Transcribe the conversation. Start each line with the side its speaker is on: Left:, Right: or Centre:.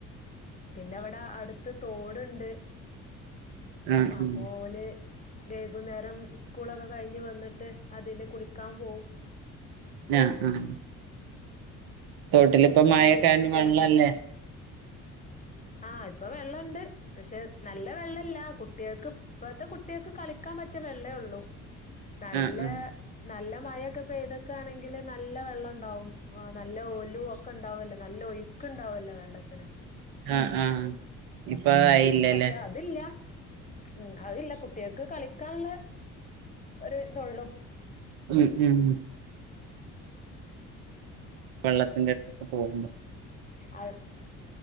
Left: പിന്നവിട അടുത്ത് തോട്ണ്ട്
Right: ആഹ്
Left: അപോലെ
Right: ഉം
Left: വൈകുന്നേരം സ്കൂളൊക്കെ കഴിഞ് വന്നിട്ട് അതില് കുളിക്കാൻ പോകും
Right: ആഹ് ആഹ് തോട്ടിലിപ്പമഴെക്കായോണ്ട്
Left: ഇന്ന് മേലൊക്കെ കഴുകി
Right: വള്ളാല്ലേ
Left: വരും ആഹ് ഇപ്പൊ വെള്ളണ്ട് പക്ഷെ നല്ല വെള്ളല്ല കുട്ടികൾക്ക് ഇപ്പത്തെ കുട്ടികൾക്ക് കളിക്കാൻ പറ്റിയ വെള്ളേ ഒള്ളു നല്ല
Right: ആഹ് ആഹ്
Left: നല്ല മഴ പെയ്തക്കാണെങ്കില് നല്ല വെള്ളം ഒണ്ടാവും ആഹ് നല്ല ഒലുവൊക്കെ ണ്ടാവല്ലോ നല്ല ഒഴുക്ക് ഇണ്ടാവല്ലോ വെള്ളത്തിന്
Right: ആഹ് ആഹ് ഇപ്പൊ ആയില്ലല്ലേ
Left: ഉം പക്ഷെ അതില്ല ഉം അതില്ല കുട്ടികക്ക് കളി കളിക്കാനുള്ള ഒരു ഇതൊള്ളൂ
Right: ഉം ഉം വെള്ളത്തിൽ അതിന്റെ അടുത്തൊക്കെ പോകുമ്പോ
Left: അത്